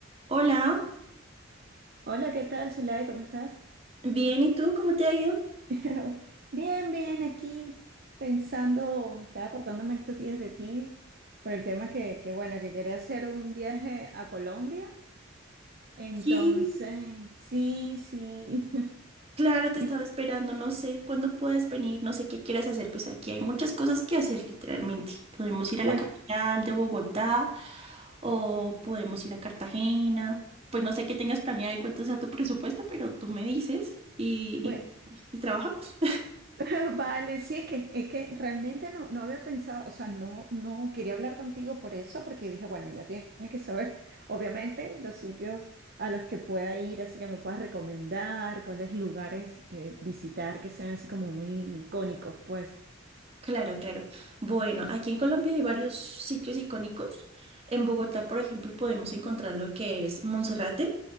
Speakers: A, on the right (about 30°); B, on the right (about 50°).
A: Hola,
B: Hola, ¿qué tal, Zulay? ¿Cómo estás?
A: bien, ¿y tú cómo te ha ido?
B: <laughs> Bien, bien, aquí pensando, estaba acordándome estos días de ti por el tema que, que, bueno, que quería hacer un viaje a Colombia. Entonces,
A: Sí,
B: sí, sí.
A: claro, te estaba
B: <laughs>
A: esperando, no sé cuándo puedes venir, no sé qué quieras hacer, pues aquí hay muchas cosas que hacer literalmente. Podemos ir a
B: Pues,
A: la capital de Bogotá o podemos ir a Cartagena, pues no sé qué tengas planeado y cuánto sea tu presupuesto, pero tú me dices y,
B: bueno,
A: y, y trabajamos.
B: <laughs> Vale, sí, es que, es que realmente no, no había pensado, o sea, no, no quería hablar contigo por eso, porque dije, bueno, ya tiene que saber, obviamente, los sitios a los que pueda ir, así que me puedas recomendar, cuáles lugares eh, visitar que sean así como muy icónicos, pues.
A: Claro, claro. Bueno, aquí en Colombia hay varios sitios icónicos. En Bogotá, por ejemplo, podemos encontrar lo que es Monserrate.